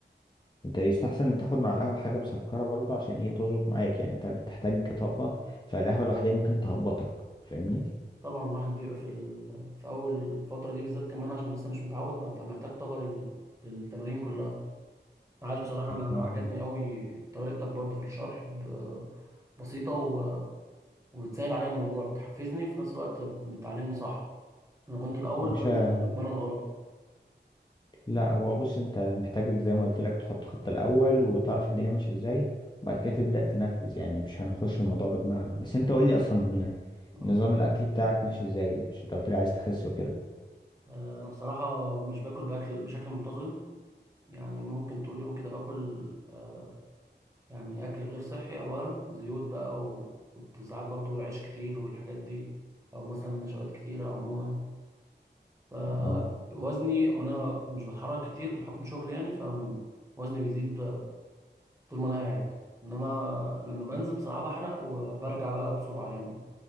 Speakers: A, on the left; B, on the right.
A: انت يستحسن تاخد مع القهوة حاجة مسكرة برضه عشان ايه تظبط معاك يعني انت بتحتاج طاقة فالقهوة لوحدها ممكن تهبطك فاهمني
B: طبعا الواحد بيبقى في ال... في اول فتره دي بالذات كمان عشان لسه مش متعود فمحتاج طاقه لل... للتمارين كلها عاش بصراحة أنا
A: مظبوط
B: عجبني أوي طريقتك برضو في الشرح ب- بسيطة و... وبتسهل عليا الموضوع بتحفزني وفي نفس الوقت بتعلمني صح أنا كنت الأول
A: يا باشا
B: بنزل بتمرن غلط
A: لا هو بص انت محتاج زي ما قلت لك تحط خطة الأول وتعرف الدنيا ماشية ازاي وبعد كده تبدأ تنفذ يعني مش هنخش في الموضوع بدماغنا بس انت
B: بالظبط
A: قول لي اصلا نظام
B: أه
A: الأكل بتاعك ماشي ازاي عشان انت قلت لي عايز تخس وكده
B: آه، أنا بصراحة مش باكل بأكل بشكل منتظم يعني ممكن طول يوم كده باكل آه يعني أكل غير صحي أولا زيوت بقى وكنت ساعات برضو عيش كتير والحاجات دي أو مثلا نشويات كتيرة عموما فوزني
A: اه
B: وانا مش بتحرك كتير بحكم شغلي يعني فوزني بيزيد طول ما انا قاعد انما لما بنزل بصراحة بحرق وبرجع بقى بسرعة يعني